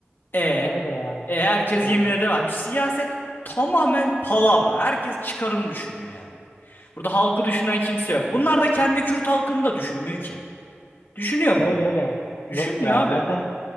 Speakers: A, on the left (about 50°); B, on the left (about 80°).
A: E,
B: öyle ya.
A: e herkes
B: Yani
A: yemin eder. Siyaset tamamen palavra. Herkes çıkarını düşünüyor yani. Burada halkı düşünen kimse yok. Bunlar da kendi Kürt halkını da düşünmüyor ki. Düşünüyor mu?
B: öyle öyle.
A: Düşünmüyor
B: Yok ya.
A: abi.
B: Zaten